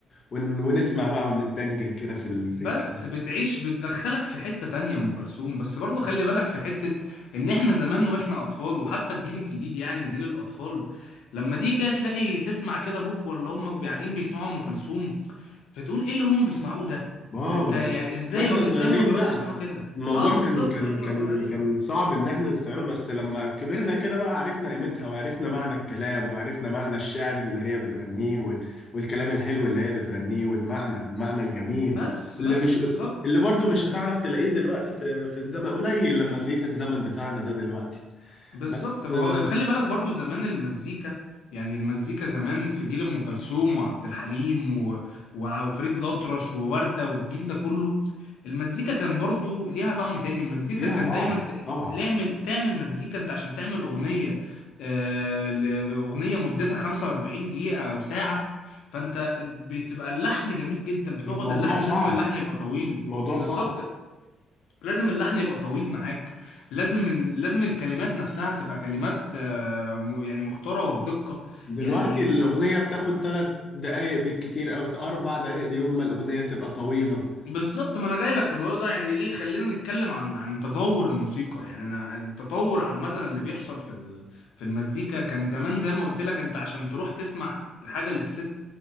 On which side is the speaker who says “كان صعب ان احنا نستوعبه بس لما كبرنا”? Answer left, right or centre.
Left